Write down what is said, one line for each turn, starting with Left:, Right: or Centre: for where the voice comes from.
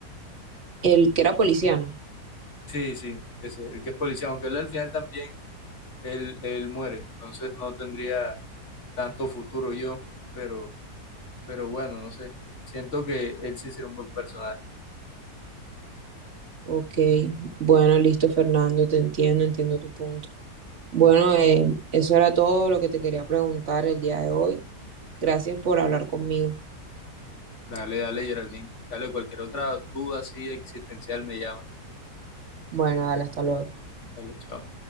Right: El que era policiano.
Left: Sí, sí, ese, el que es policía, aunque él al final también, él, él muere, entonces no tendría tanto futuro yo, pero, pero bueno, no sé, siento que él sí será un buen personaje.
Right: Ok, bueno, listo, Fernando, te entiendo, entiendo tu punto. Bueno, eh, eso era todo lo que te quería preguntar el día de hoy. Gracias por hablar conmigo.
Left: Dale, dale, Geraldine, dale cualquier otra duda así existencial me llama.
Right: Bueno, dale, hasta luego.
Left: Dale, chao.